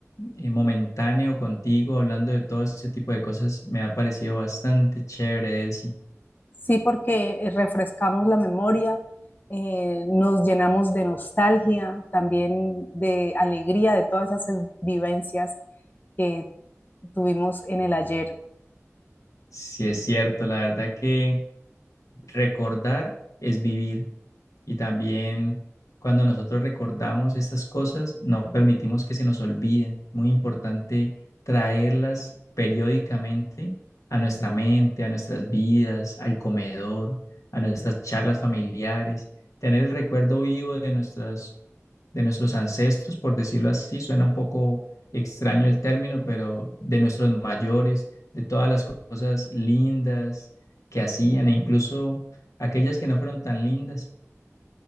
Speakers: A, on the left; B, on the left.
A: eh, momentáneo contigo, hablando de todo este tipo de cosas, me ha parecido bastante chévere, Delcy.
B: Sí, porque eh, refrescamos la memoria, eh, nos llenamos de nostalgia, también de alegría de todas esas vivencias que tuvimos en el ayer.
A: Sí, es cierto, la verdad que recordar es vivir. Y también cuando nosotros recordamos estas cosas, no permitimos que se nos olviden. Muy importante traerlas periódicamente a nuestra mente, a nuestras vidas, al comedor, a nuestras charlas familiares. Tener el recuerdo vivo de, nuestras, de nuestros ancestros, por decirlo así, suena un poco extraño el término, pero de nuestros mayores, de todas las cosas lindas que hacían e incluso aquellas que no fueron tan lindas